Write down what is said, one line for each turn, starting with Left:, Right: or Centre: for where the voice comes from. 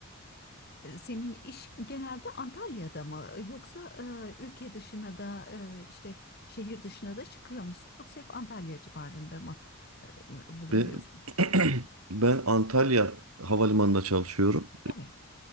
Left: E, Senin iş genelde Antalya'da mı yoksa e, ülke dışına da e, işte şehir dışına da çıkıyor musun yoksa hep Antalya civarında mı e, bulunuyorsun?
Right: Ve <clears throat> ben Antalya Havalimanı'nda çalışıyorum.
Left: Evet,